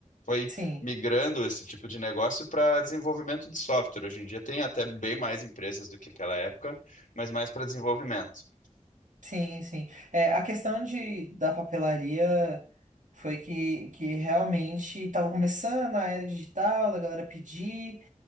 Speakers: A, on the left; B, on the right.
A: Foi
B: Sim,
A: migrando esse tipo de negócio para desenvolvimento de software. Hoje em dia tem até bem mais empresas do que aquela época, mas mais para desenvolvimento.
B: sim, sim. É, a questão de, da papelaria foi que, que realmente estava começando a era digital, da galera pedir.